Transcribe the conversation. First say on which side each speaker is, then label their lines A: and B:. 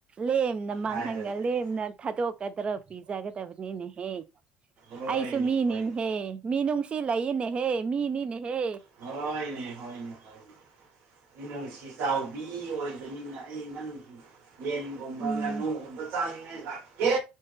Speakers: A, on the right; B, on the right.
A: ꯂꯦꯝꯅ ꯃꯥꯡꯍꯟꯒ
B: ꯍꯥꯏꯔ ꯂꯩꯌꯦ
A: ꯂꯦꯝꯅ ꯊꯥꯗꯣꯛꯀꯗ꯭ꯔꯣ ꯄꯤꯖꯒꯗꯕꯅꯤꯅꯦꯍꯦ
B: ꯍꯣꯏꯅꯦ
A: ꯑꯩꯁꯨ ꯃꯤꯅꯤꯅꯦꯍꯦ
B: ꯍꯣꯏꯅꯦ
A: ꯃꯤꯅꯨꯡꯁꯤ ꯂꯩꯌꯦꯅꯦꯍꯦ ꯃꯤꯅꯤꯅꯦꯍꯦ
B: ꯍꯣꯏꯅꯦ ꯍꯣꯏꯅꯦ ꯍꯣꯏꯅꯦ ꯃꯤꯅꯨꯡꯁꯤ ꯆꯥꯎꯕꯤ ꯑꯣꯏꯕꯅꯤꯅ ꯑꯩ ꯅꯪꯒꯤ ꯌꯦꯟꯒꯨꯝꯕ
A: ꯎꯝ
B: ꯉꯥꯅꯨꯒꯨꯝꯕ ꯆꯥꯅꯤꯡꯉꯥꯏ ꯂꯥꯛꯒꯦ